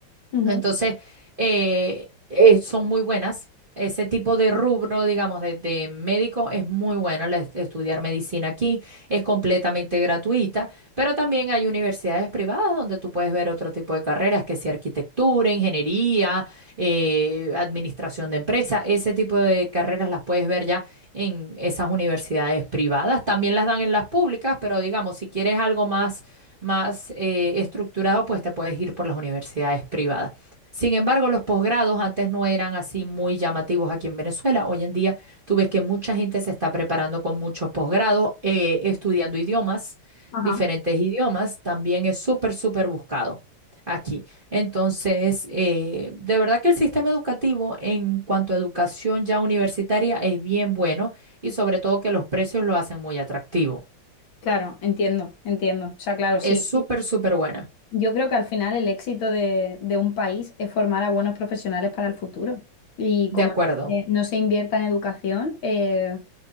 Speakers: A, on the left; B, on the right.
A: Ujú.
B: Entonces, eh, eh, son muy buenas. Ese tipo de rubro, digamos, de, de médico es muy bueno la- estudiar medicina aquí, es completamente gratuita, pero también hay universidades privadas donde tú puedes ver otro tipo de carreras, que sea arquitectura, ingeniería, eh, administración de empresas, ese tipo de carreras las puedes ver ya en esas universidades privadas. También las dan en las públicas, pero digamos, si quieres algo más, más eh, estructurado, pues te puedes ir por las universidades privadas. Sin embargo, los posgrados antes no eran así muy llamativos aquí en Venezuela. Hoy en día tú ves que mucha gente se está preparando con muchos posgrados, eh, estudiando idiomas,
A: Ajá.
B: diferentes idiomas. También es súper, súper buscado aquí. Entonces, eh, de verdad que el sistema educativo en cuanto a educación ya universitaria es bien bueno y sobre todo que los precios lo hacen muy atractivo.
A: Claro, entiendo, entiendo. O sea, claro,
B: Es
A: sí.
B: súper, súper buena.
A: Yo creo que al final el éxito de, de un país es formar a buenos profesionales para el futuro. Y
B: De
A: como
B: acuerdo.
A: eh, no se invierta en educación, eh,